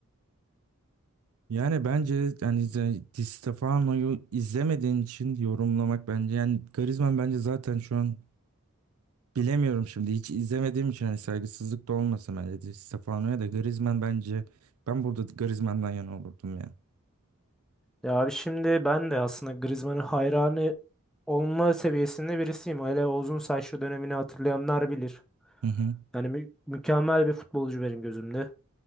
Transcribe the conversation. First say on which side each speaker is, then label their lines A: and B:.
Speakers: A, on the right (about 80°); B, in the centre.
A: Yani bence yani ze- Di Stefano'yu izlemediğin için yorumlamak bence yani Griezmann bence zaten şu an bilemiyorum şimdi hiç izlemediğim için hani saygısızlık da olmasın bence Di Stefano'ya da Griezmann bence ben burada Griezmann'dan yana olurdum ya.
B: Ya abi şimdi ben de aslında Griezmann'ın hayranı olma seviyesinde birisiyim. Hele o uzun saçlı dönemini hatırlayanlar bilir.
A: Hı hı.
B: Yani mü- mükemmel bir futbolcu benim gözümde.